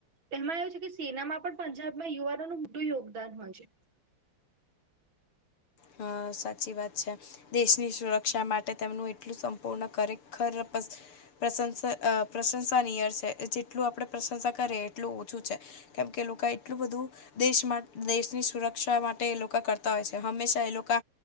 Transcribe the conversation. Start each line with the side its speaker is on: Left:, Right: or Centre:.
Right: એમાં એવું છે કે સેનામાં પણ પંજાબમાં યુવાનોનું મોટું યોગદાન હોય છે.
Left: હ સાચી વાત છે. દેશની સુરક્ષા માટે તેમનું એટલું સંપૂર્ણ ખરેખર પ્રશંસા પ્રશંસા નિયર છે જેટલું આપણે પ્રશંસા કરીએ એટલું ઓછું છે. કેમકે એ લોકો એટલું બધું દેશ મા દેશની સુરક્ષા માટે એ લોકો કરતા હોય છે હંમેશા એ લોકો